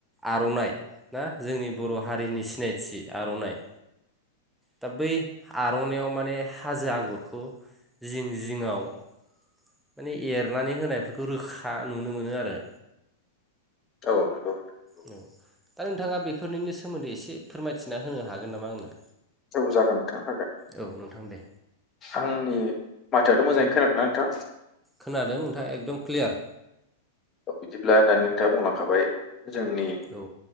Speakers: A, in the centre; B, on the left (about 30°).
A: आर'नाइ ना जोंनि बर' हारिनि सिनायथि आर'नाइ दा बै आर'नायइयाव माने हाजो आगरखौ जिं जिङाव माने एरनानै होनायफोरखौ रोखा नुनो मोनो आरो
B: औ नोंथां नंगौ नंगौ।
A: औ दा नोंथाङा बेफोरनिनो सोमोन्दै इसे फोरमायथिना होनो हागोन नामा आंनो
B: जौ जागोन नोंथां हागोन
A: औ नोंथां दे
B: आंनि माथोयाथ' मोजाङै खोनादोंना नोंथां?
A: खोनादों नोंथाङा एकदम क्लियार
B: बिदिब्ला दानि नोंथाङा बुंलांखाबाय जोंनि
A: औ